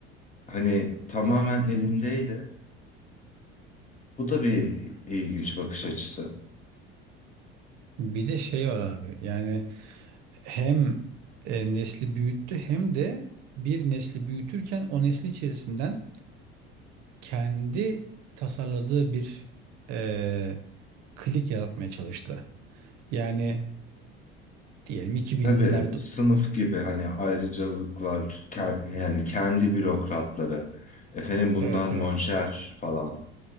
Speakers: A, on the left; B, on the right.
A: hani tamamen elindeydi. Bu da bir ilginç bakış açısı.
B: Bir de şey var abi yani hem e, nesli büyüttü hem de bir nesli büyütürken o nesli içerisinden kendi tasarladığı bir eee, klik yaratmaya çalıştı. Yani diyelim iki binlerde
A: Tabii sınıf gibi hani ayrıcalıklar ke- yani kendi bürokratları efendim bunlar
B: evet
A: monşer
B: evet.
A: falan